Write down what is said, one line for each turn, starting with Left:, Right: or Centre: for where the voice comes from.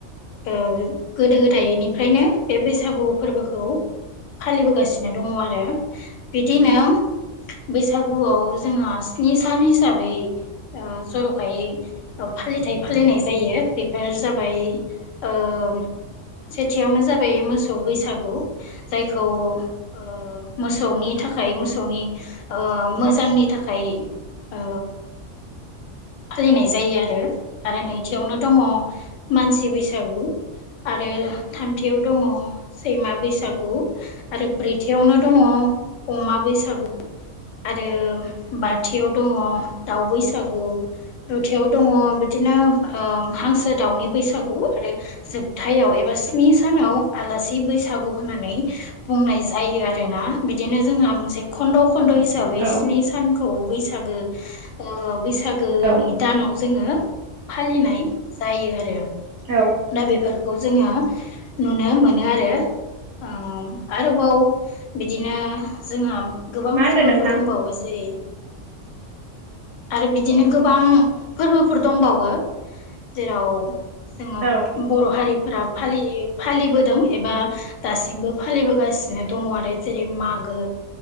Left: गोदो ओ गोदायनिफ्रायनो बे बैसागु फोरबोखौ फालिबोगासिनो दङ आरो। बिदिनो बैसागुआव जोंहा स्नि सान हिसाबै जर'खायै फालिथाय फालिनाय जायो बेफोर। जाबाय ओम सेथियावनो जाबाय मोसौ बैसागु जायखौ ओ मोसौनि थाख थाखाय मोसौनि ओ मोजांनि ओ थाखायो फालिनाय। जायो आरो आरो नैथियावनो दङ। मानसि बैसो। आरो थम। थियाव दङ। सैमा बैसागु आरो ब्रैथियावनो दङ अमा बैसागु। आरो बाथियाव दङ दाउ बैसागु नोथियाव दङ बिदिनोओ। हांसो दाउनि बैसागु आरो जोबथायाव एबा स्नि सानाव आलासि बैसागो बैसागु होननानै बुंनाय जायो आरोना बिद बिदिनो जोंहा मोनसे खन्द' खन्द हिसाबै
Right: औ
Left: स्नि सान खौ बैसागो ओ बै बैसागोनि
Right: औ
Left: दानाव जोङो फालिनाय जायो आरो।
Right: औ
Left: नो बेफोर खौ जोङो नुनो मोनो आरो ओ आरोबाव बिदिनो जोंहा गोबां
Right: मा
Left: फोरबोफोर
Right: होनदों नोंथां
Left: दंबावो जेरै आरो बिदिनो गोबां फोरबोफोर दंबावो जेराव जोङो
Right: औ
Left: बर' हारिफोरा फालियो। फालिबोदों एबा दासिमबो फालिबोगासिनो दङ आरो जेरै मागो